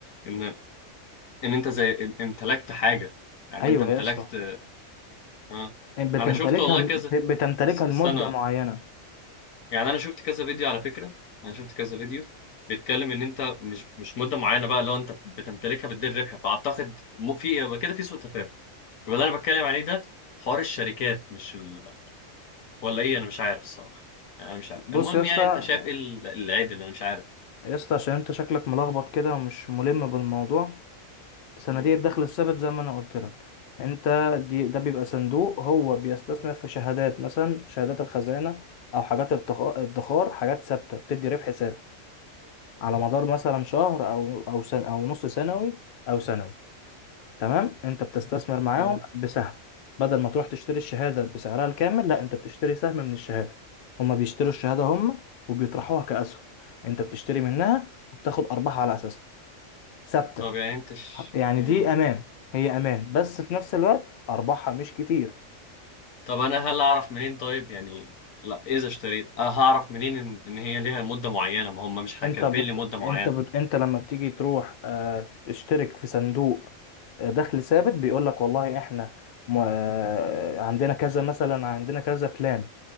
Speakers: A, on the left; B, on the left.
A: ان ان انت زي ام- امتلكت حاجه يعني
B: أيوه
A: انت امتلكت
B: يا اسطى
A: اه
B: بتمتلكها
A: انا شفت والله كذا
B: بتمتلكها
A: اس-
B: لمدة
A: استنى
B: معينة
A: يعني انا شفت كذا فيديو على فكره انا شفت كذا فيديو بيتكلم ان انت مش مش مده معينه بقى لو انت بتمتلكها بتدير ربح فاعتقد م- في إيه؟ يبقى كده في سوء تفاهم يبقى اللي انا بتكلم عليه ده حوار الشركات مش ال... ولا ايه انا مش عارف الصراحه يعني انا مش عارف
B: بص
A: المهم
B: يا اسطى
A: يعني انت شايف ايه ال- العيب اللي انا مش عارف
B: يا اسطى عشان انت شكلك ملخبط كده ومش ملم بالموضوع صناديق
A: مم.
B: الدخل الثابت زي ما انا قلت لك انت دي ده بيبقى صندوق هو بيستثمر في شهادات مثلا شهادات الخزانة او حاجات الادخا- الادخار حاجات ثابتة بتدي ربح ثابت على مدار مثلا شهر او او سن او نص سنوي او سنوي تمام انت بتستثمر معاهم
A: مم.
B: بسهم بدل ما تروح تشتري الشهادة بسعرها الكامل لا انت بتشتري سهم من الشهادة هما بيشتروا الشهادة هما وبيطرحوها كأسهم انت بتشتري منها وبتاخد ارباح على اساسها ثابته
A: طب يعني انت ش...
B: يعني
A: مم.
B: دي امان هي امان بس في نفس الوقت ارباحها مش كتير
A: طب انا هل اعرف منين طيب يعني لا اذا اشتريت انا هعرف منين ان, ان هي ليها مدة معينة ما هم مش كاتبين
B: انت بت...
A: لي مدة معينة
B: انت بت... انت لما بتيجي تروح آه، تشترك في صندوق آه، دخل ثابت بيقول لك والله احنا م... آه، عندنا كذا مثلا عندنا كذا بلان